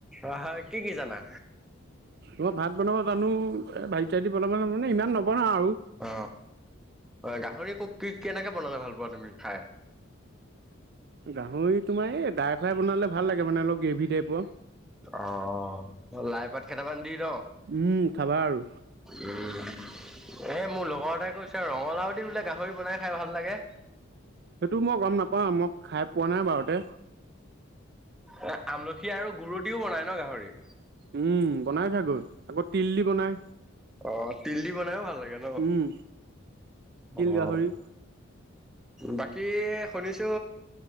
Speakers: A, in the centre; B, on the right (about 50°).
A: আহ কি কি জানা?
B: মই ভাত বনাব জানো, এ ভাজি চাজি বনাব জানো মানে ইমান নবনাও আৰু।
A: অ গাহৰি ক কি কেনেকে বনালে ভাল ভালপোৱা তুমি খাই?
B: গাহৰি তোমাৰ এই ড্ৰাই ফ্ৰাই বনালে ভাল লাগে, মানে অলপ গ্ৰেভি টাইপৰ।
A: অ' লাই পাত কেইটামান দি ন?
B: উম খাবা আৰু
A: উম এ মোৰ লগৰ এটাই কৈছে ৰঙালাউ দি বোলে গাহৰি বনাই খাই ভাল লাগে?
B: সেইটো মই গম নাপাওঁ মই খাই পোৱা নাই বাৰু।
A: এ আমলখি আৰু গুুৰ দিও বনাই ন গাহৰি?
B: উম বনাই চাগৈ, আকৌ তিল দি বনাই।
A: অ' তিল দি বনাইও ভাল লাগে ন
B: উম তিল
A: অ'
B: গাহৰি
A: বাকী শুনিছো,